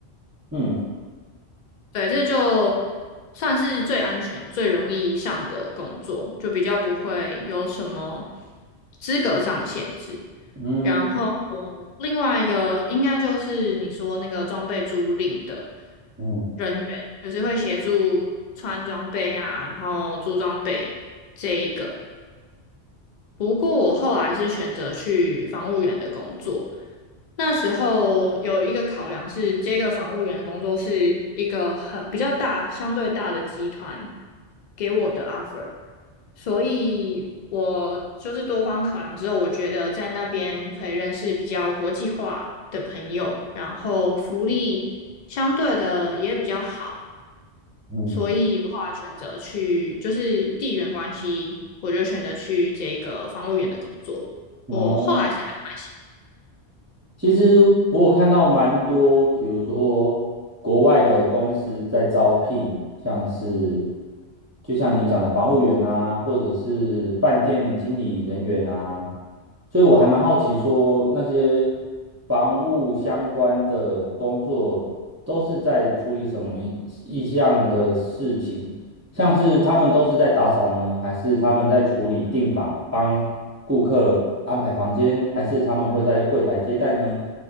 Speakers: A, on the right; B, on the left.
A: 嗯
B: 对，这就算是最安全、最容易上的工作，就比较不会有什么资格上的限制。
A: 嗯
B: 然后另外一个应该就是你说那个装备租赁的
A: 嗯
B: 人员，就是会协助穿装备啊，然后租装备这一个。不过我后来是选择去防务员的工作，那时候有一个考量是，这个房务员的工作是一个很比较大、相对大的集团给我的 offer，所以我就是多方考量之后，我觉得在那边可以认识比较国际化的朋友，然后福利相对的也比较好，
A: 嗯，
B: 所以我后来选择去，就是地缘关系，我就选择去这个房务员的工作。
A: 哦。
B: 我后来是还蛮喜
A: 其实我有看到蛮多，比如说国外的公司在招聘，像是就像你讲的房务员啊，或者是饭店经理人员啊，所以我还蛮好奇说那些房务相关的工作都是在处理什么意意向的事情，像是他们都是在打扫呢，还是他们在处理订房、帮顾客安排房间，还是他们会在柜台接待呢？